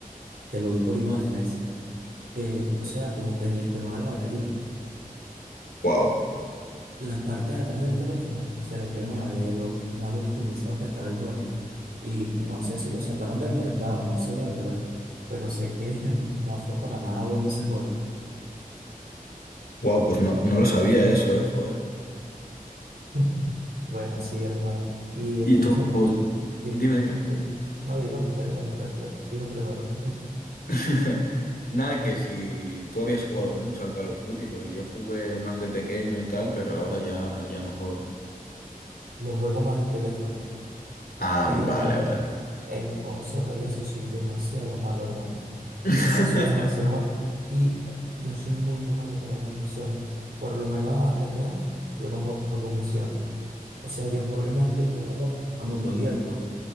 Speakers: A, on the right; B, on the left.
A: que lo vi por imágenes, que, o sea, como que les quemaba la batería.
B: Wow.
A: La parte de atrás del teléfono se le quemaba de lo mal optimizado que estaba el juego. Y no sé si lo sacaron del mercado, no sé la verdad, pero sé que <laughs> no fue para nada bueno ese juego.
B: Wow, pues no, no lo sabía eso, eh, joder.
A: <laughs> Bueno, sí, hermano. Y
B: Y
A: escúchame,
B: tú,
A: dime,
B: dime, dime.
A: dime. No, dígame usted, dígame usted, usted. Digo primero.
B: <laughs> Nada, que si tú habías jugado mucho al Call of Duty, porque yo jugué más de pequeño y tal, pero ahora ya, ya no juego.
A: <laughs> Los juegos más de teléfono.
B: Ah,
A: En,
B: vale, vale.
A: en consola y eso soy demasiado malo, hermano. O
B: <laughs>
A: sea, soy demasiado malo. Y eh, yo soy muy malo para las misiones. Por lo menos a GTA, yo no juego misiones. O sea, yo juego más que todo a mundo abierto.